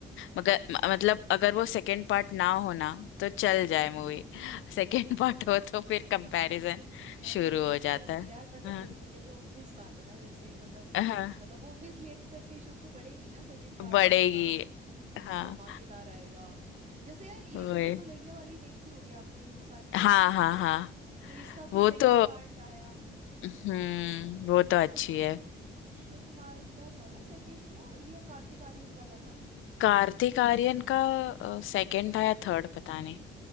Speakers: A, on the left; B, on the right.
A: मगर म- मतलब अगर वो सेकंड पार्ट ना हो ना तो चल जाए मूवी सेकंड पार्ट <laughs> हो तो फिर कंपैरिजन
B: यार
A: शुरू
B: ये
A: हो जाता
B: तो
A: है
B: यार मतलब
A: हाँ
B: देखो ये तो ऑब्वियस बात है ना जैसे मतलब
A: हाँ
B: मतलब वो ऑब्वियसली एक्सपेक्टेशंस तो बढ़ेंगी ना सेकंड पार्ट
A: बढ़ेगी
B: से कि हाँ कुछ
A: हाँ
B: धमाकेदार आएगा जैसे यार ये
A: वही
B: भूल भुलैया वाली देखी होगी आपने ये तो सारी दुनिया
A: हाँ
B: नहीं
A: हाँ
B: देखी
A: हाँ
B: है तो इसका भी
A: वो
B: सेकंड
A: तो
B: पार्ट आया
A: हम्म वो
B: ये
A: तो अच्छी है
B: अक्षय कुमार का था ना सेकंड या ये कार्तिक आर्यन वाला था
A: कार्तिक आर्यन का सेकंड था या थर्ड पता नहीं